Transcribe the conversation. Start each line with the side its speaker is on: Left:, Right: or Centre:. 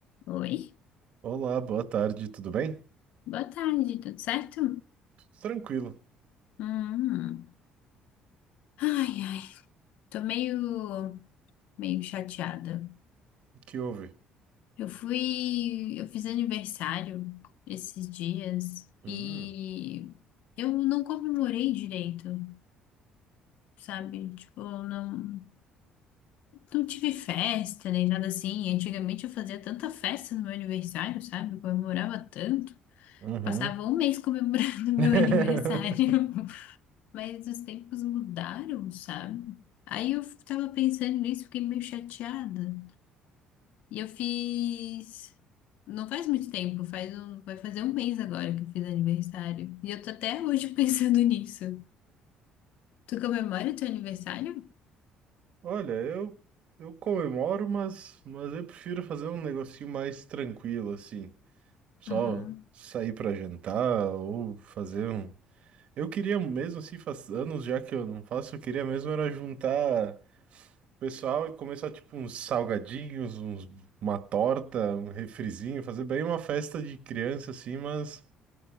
Left: Oi,
Right: Olá, boa tarde, tudo bem?
Left: boa tarde, tudo certo?
Right: Tudo tranquilo.
Left: Hum. Ai, ai, tô meio, meio chateada.
Right: O que houve?
Left: Eu fui, eu fiz aniversário esses dias
Right: Hum,
Left: e eu não comemorei direito, sabe? Tipo, não, não tive festa nem nada assim. Antigamente eu fazia tanta festa no meu aniversário, sabe? Eu comemorava tanto.
Right: uhum.
Left: Passava um mês comemorando <laughs> meu
Right: <laughs>
Left: aniversário. Mas os tempos mudaram, sabe? Aí eu tava pensando nisso, fiquei meio chateada. E eu fiz. Não faz muito tempo, faz um... vai fazer um mês agora que eu fiz aniversário. E eu tô até hoje <laughs> pensando nisso. Tu comemora teu aniversário?
Right: Olha, eu, eu comemoro, mas, mas eu prefiro fazer um negocinho mais tranquilo, assim. Só
Left: Uhum.
Right: sair pra jantar ou fazer um. Eu queria mesmo, assim, faz anos já que eu não faço, eu queria mesmo era juntar o pessoal e começar, tipo, uns salgadinhos, uns, uma torta, um refrizinho, fazer bem uma festa de criança, assim, mas.